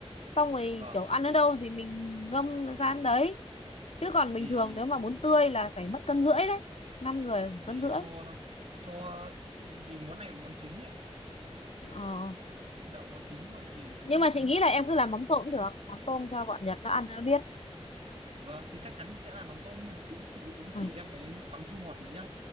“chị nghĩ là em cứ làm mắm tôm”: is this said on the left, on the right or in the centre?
Left